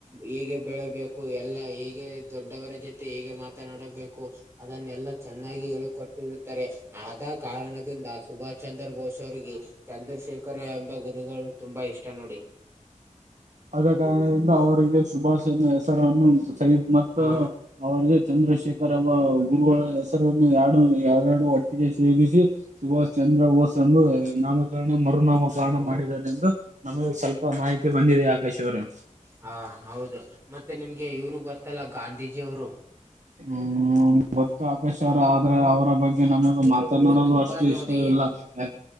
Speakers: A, on the right (about 20°); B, on the right (about 65°).
A: ಹೇಗೆ ಬೆಳಬೇಕು ಕು ಎಲ್ಲಾ ಹೇಗೆ ದೊಡ್ಡವರ ಜೊತೆ ಹೇಗೆ ಮಾತನಾಡಬೇಕು ಅದನ್ನೆಲ್ಲಾ ಚೆನ್ನಾಗಿ ಹೇಳಕೊಟ್ಟಿರುತ್ತಾರೆ ಆದ ಕಾರಣದಿಂದ ಸುಭಾಷ್ ಚಂದ್ರ ಬೋಸ್ ಅವರಿಗೆ ಚಂದ್ರಶೇಖರ ಎಂಬ ಗುರುಗಳು ತುಂಬಾ ಇಷ್ಟ ನೋಡಿ
B: ಅದೇ ಕಾರಣದಿಂದ ಅವರಿಗೆ ಶುಭಾಷ ಇನ್ನು ಹೆಸರನ್ನು ಸಹಿದ್ ಮತ್
A: ಹಾ
B: ಅವರಿಗೆ ಚಂದ್ರಶೇಖರ್ ಎಂಬ ಗುರುಗಳ ಹೆಸರನ್ನು ಹಾಡು ಎರಡು ಒಟ್ಟಿಗೆ ಸೇರಿಸಿ ಶುಭಾಶ್ ಚಂದ್ರ ಬೋಸ್ ಎಂದು ನಾಮಕರಣ ಮರುನಾಮ ಕಾರಣ
A: ಓ
B: ಮಾಡಿದ್ದಾರೆ ಎಂದು ನಮಗೆ ಸ್ವಲ್ಪ ಮಾಹಿತಿ ಬಂದಿದೆ ಆಕಾಶ್ ಅವರೆ
A: ಹ ಹೌದು ಮತ್ತೆ ನಿಮ್ಗೆ ಇವರು ಗೊತ್ತಲ್ಲ ಗಾಂಧೀಜಿಯವರು <unintelligible>
B: ಹ್ಮ್ ಗೊತ್ತು ಆಕಾಶ್
A: ಹಾ
B: ಅವರ ಅವರ ಬಗ್ಗೆ ನಮಗೆ ಮಾತಾನಾಡಲು
A: ತುಂಬಾ
B: ಅಷ್ಟು
A: ನೋಡಿ
B: ಇಷ್ಟ ಇಲ್ಲ ಯಾ